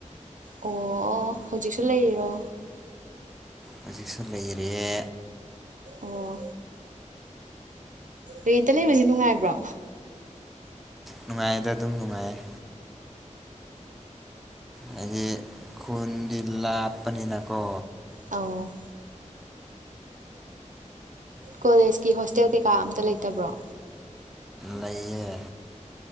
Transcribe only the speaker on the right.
ꯑꯣ ꯑꯣ ꯍꯧꯖꯤꯛꯁꯨ ꯂꯩꯔꯤꯔꯣ
ꯑꯣ ꯔꯦꯟꯇ ꯂꯩꯕꯁꯤ ꯅꯨꯡꯉꯥꯏꯕ꯭ꯔꯣ
ꯑꯧ ꯀꯣꯂꯦꯖꯀꯤ ꯍꯣꯁꯇꯦꯜ ꯀꯩꯀꯥ ꯑꯝꯇ ꯂꯩꯇꯕ꯭ꯔꯣ